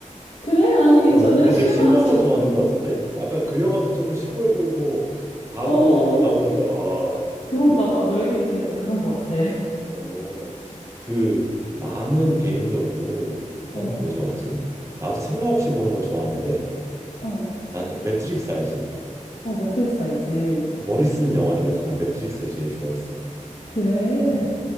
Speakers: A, on the left (about 55°); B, on the right (about 20°).
A: 그래? 아니,
B: 어,
A: 전혀
B: 약간
A: 심하지.
B: 심오한 거
A: <laughs>
B: 좋아하는 것 같은데? 아까 그 영화도 조금 심오해 보이고 다정우주
A: 어,
B: 얘기 나오니까 아,
A: 그런가 봐. 너 얘기를 들으니까 그런 것 같아. <laughs>
B: 어, 그 나는 개인적으로 나는
A: 어,
B: 뭐 좋아하지? 나도 생각 없이 보는 거 좋아하는데
A: 어,
B: 나는 매트릭스 알지?
A: 어, 매트릭스 알지?
B: 그 머리 쓰는 영화 중에서 난 매트릭스 제일 좋아했어.
A: 그래.
B: 음.